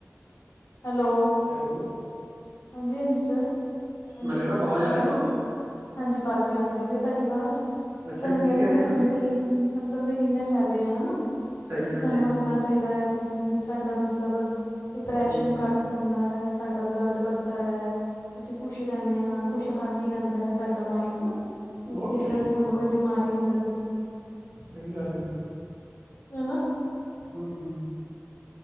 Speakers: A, on the left; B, on the right.
A: ਹੈਲੋ,
B: ਹੈਲੋ,
A: ਹਾਂਜੀ ਹਾਂਜੀ ਸਰ ਹਾਂਜੀ
B: ਮੈਂ ਕਿਹਾ ਹੁੰਦਾ ਆਵਾਜ਼
A: ਭਾਜੀ,
B: ਆ ਰਹੀ ਤੁਹਾਨੂੰ
A: ਹਾਂਜੀ, ਭਾਜੀ ਆਦੀਦੀ ਤੁਹਾਡੀ ਆਵਾਜ਼
B: ਅੱਛਾ
A: ਮੈਂ ਤਾਨੂੰ
B: ਜੀ
A: ਕਹਿ
B: ਕੀ
A: ਰਹੀ ਸੀ
B: ਰਹੇ
A: ਹਸਣ
B: ਤੁਸੀਂ
A: ਦੀ ਕਿ ਹੱਸਣ ਦੇ ਕਿੰਨੇ ਫ਼ਾਇਦੇ ਆ ਹਨਾ
B: ਸਹੀ
A: ਅਸੀਂ
B: ਗੱਲ
A: ਸਾਨੂੰ
B: ਹੈ ਜੀ
A: ਹੱਸਣਾ ਚਾਹੀਦਾ ਹੈ। ਆਪਣੀ ਜ਼ਿੰਦਗੀ ਸਾਡਾ ਮਤਲਬ। ਮਤਲਬ ਡਿਪਰੈਸ਼ਨ
B: ਹੂੰ
A: ਘੱਟ। ਹੁੰਦਾ ਹੈ ਸਾਡਾ ਬਲੱਡ ਵੱਧਦਾ ਹੈ। ਅਸੀਂ ਖੁਸ਼ ਰਹਿੰਦੇ ਹਾਂ ਖੁਸ਼ ਹਾਲੀ ਰਹਿੰਦਾ ਹੈ। ਸਾਡਾ ਮਾਇੰਡ ਨਾ
B: ਉਹ
A: ਜਿਹਦੇ
B: ਤੇ ਹੈ
A: ਕਰਕੇ
B: ਜੀ
A: ਸਾਨੂੰ ਕੋਈ ਬਿਮਾਰੀ ਨਹੀਂ ਲੱਗਦੀ।
B: ਸਹੀ ਗੱਲ ਹੈ।
A: ਹੈ ਨਾ
B: ਹਮ, ਹਮ